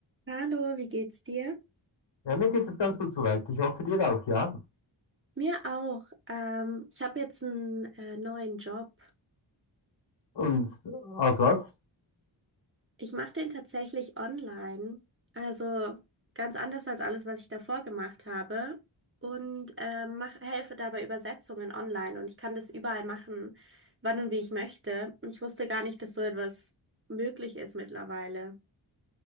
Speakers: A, on the right; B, on the left.
A: Hallo, wie geht's dir?
B: Ja, mir geht es ganz gut soweit. Ich hoffe dir auch, ja.
A: Mir auch. Ähm, ich habe jetzt einen äh, neuen Job.
B: Und aus was?
A: Ich mache den tatsächlich online. Also ganz anders als alles, was ich davor gemacht habe. Und ähm, mach, helfe dabei Übersetzungen online. Und ich kann das überall machen, wann und wie ich möchte. Und ich wusste gar nicht, dass so etwas möglich ist mittlerweile.